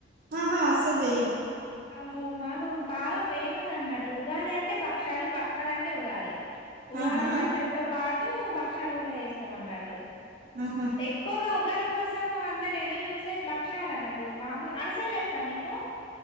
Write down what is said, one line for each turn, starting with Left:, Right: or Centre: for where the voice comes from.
Right: ఆహా అసలు చేయం.
Left: అహో మాకు బాగా ఫేమస్ అన్నట్టు ఉగాది అంటే భక్షాలు. భక్షాల అంటే ఉగాది. ఉగాది
Right: ఆహా
Left: పచ్చడితో పాటు భక్ష్యాలు కూడా చేస్తాం అన్నట్టు.
Right: ఆహా
Left: ఎక్కువగా ఉ. ఉగాది కోసం అందరు ఎదురు చూసేది భక్షాలు అన్నట్టు మామూలు అరిసెలు తెలుసా మీకు.